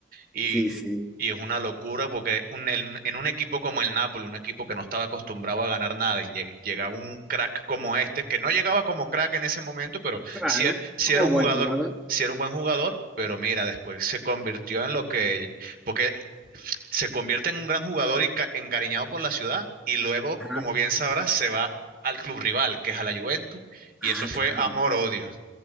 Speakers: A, on the right (about 50°); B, in the centre.
A: Y,
B: sí, sí.
A: y es una locura porque un- en, en un equipo como el Napoli, un equipo que no estaba acostumbrado a ganar nada, y lleg- llegaba un crack como este, que no llegaba como crack en ese momento, pero
B: Claro,
A: sí, er- sí
B: como
A: era un
B: buen
A: jugador.
B: jugador.
A: sí era un buen jugador, pero mira, después se convirtió en lo que porque se convierte en un gran jugador y ca- encariñado por la ciudad y luego,
B: Ajá.
A: como bien sabrás, se va al club rival, que es a la Juventus, y
B: Ah,
A: eso fue
B: claro,
A: amor-odio.